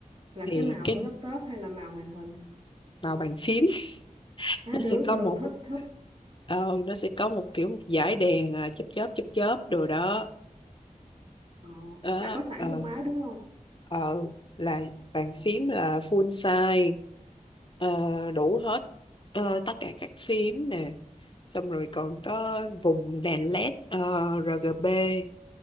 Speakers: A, on the right (about 45°); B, on the left (about 40°).
A: là
B: Thì
A: cái màu
B: cái
A: của laptop hay là màu màn hình
B: màu bàn phím <laughs>
A: à
B: nó
A: được
B: sẽ có
A: được
B: một
A: thích thích
B: ờ, nó sẽ có một kiểu một dải đèn à, chớp chớp chớp chớp đồ đó.
A: ờ
B: Đó,
A: là có sẵn
B: ờ
A: trong máy đúng không
B: ờ là bàn
A: ờ
B: phím là
A: ừ.
B: full size Ờ, đủ hết Ờ, tất cả các phím nè xong rồi còn có vùng đèn LED ờ, RGB